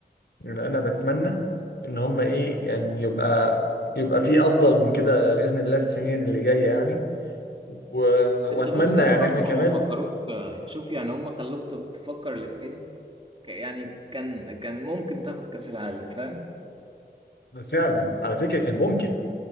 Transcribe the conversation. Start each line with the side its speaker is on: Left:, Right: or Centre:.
Left: يعني انا بتمنى ان هم ايه يعني يبقى يبقى في افضل من كده باذن الله السنين اللي جايه يعني و...
Right: انت
Left: واتمنى
Right: بص يا
Left: يعني
Right: اسطى اصلا
Left: احنا كمان
Right: هم فكروك شوف يعني هم خلوك ت- تفكر لفين ك- يعني كان كان ممكن تاخد كاس العالم فاهم
Left: فعلا على فكره كان ممكن